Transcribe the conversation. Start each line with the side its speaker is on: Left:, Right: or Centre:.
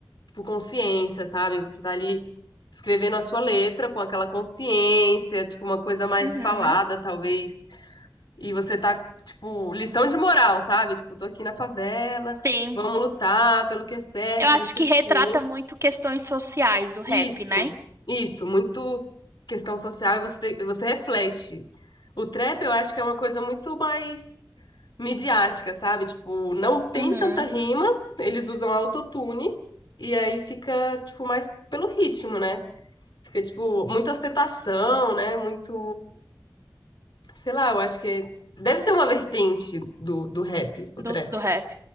Left: tipo consciência, sabe? Você tá ali escrevendo a sua letra com aquela consciência, tipo, uma coisa mais
Right: Uhum,
Left: falada, talvez. E você tá, tipo, lição de moral, sabe? Tipo, tô aqui na favela,
Right: sim.
Left: vamos lutar pelo que é certo,
Right: Eu acho
Left: não sei
Right: que
Left: o
Right: retrata
Left: quê.
Right: muito questões sociais o rap,
Left: Isso,
Right: né?
Left: isso, muito questão social e você, te- você reflete. O trap eu acho que é uma coisa muito mais midiática, sabe? Tipo, não tem
Right: Uhum.
Left: tanta rima, eles usam autotune e aí fica, tipo, mais pelo ritmo, né? Fica, tipo, muita ostentação, né? Muito, sei lá, eu acho que deve ser uma vertente do, do rap, o
Right: do,
Left: trap.
Right: do rap.